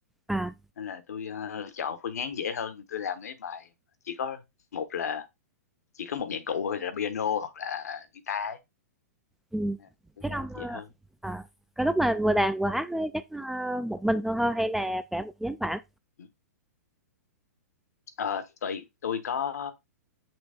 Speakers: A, in the centre; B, on the left.
A: à
B: nên là tôi ờ, chọn phương án dễ hơn tôi làm mấy bài chỉ có một là chỉ có một nhạc cụ thôi là piano hoặc là guitar ấy.
A: ừ.
B: nên là tôi
A: Chắc
B: làm
A: ông
B: dễ
A: ờ,
B: hơn
A: à, cái lúc mà vừa đàn vừa hát ấy, chắc ờ, một mình thôi thôi hay là cả một nhóm bạn?
B: ừ. Ờ, tùy tôi có